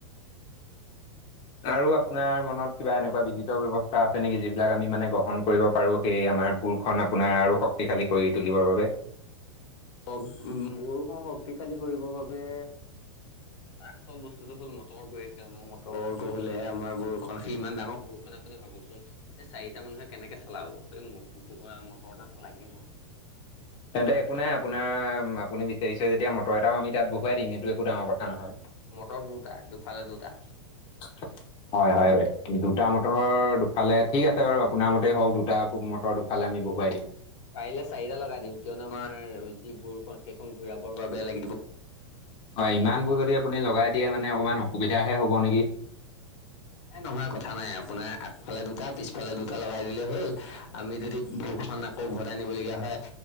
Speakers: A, on the left (about 35°); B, on the left (about 65°).
A: আৰু আপোনাৰ মনত কিবা এনেকুৱা বিহিত ব্যৱস্থা আছে নেকি যিবিলাক আমি মানে গ্ৰহণ কৰিব পাৰো। সেই আমাৰ ভুলখন আপোনাৰ আৰু শক্তিশালী কৰি তুলিবৰ বাবে।
B: উ গৰুখন শক্তিশালী কৰিবৰ বাবে- আচল বস্তুটো হল মদ। মটৰ দোৱে কিয়নো মটৰটো হ'লে আমাৰ বৰষুণ সি ইমান ডাঙৰ বৰষুণ আপুনি ভাবকচোন। এই চাৰিটা মানুহে কেনেকে চলাব সেই মটৰ এটাটো লাগিবই।
A: তেন্তে একো নাই আপোনাৰ আপুনি বিচাৰিছে যেতিয়া মটৰ এটাও আমি তাত বহুৱাই দিম এইটো একো ডাঙৰ কথা নহয়।
B: মটৰ দুটা দুফালে দুটা।
A: <inaudible> হয় হয়, দুটা মটৰ দুফালে ঠিক আছে বাৰু আপোনাৰ মতেই হওক দুটা মটৰ দু- ফালে আমি বহুৱাই দিম।
B: পাৰিলে চাৰিটা লগাই দিম কিয়নো আমাৰ যি ভোৰ খন সেইখন ঘূৰাবৰ বাবে লাগিব।
A: হয়, ইমানবোৰ যদি আপুনি লগাই দিয়ে মানে অকমান অসুবিধাহে হ'ব নেকি।
B: এ নহয় কথা নাই আপোনাৰ আগফালে দুটা পিছফালে দুটা লগাই দিলে হ'ল আমি যদি ভুখনা- আকৌ উভটাই নিবলগীয়া হয়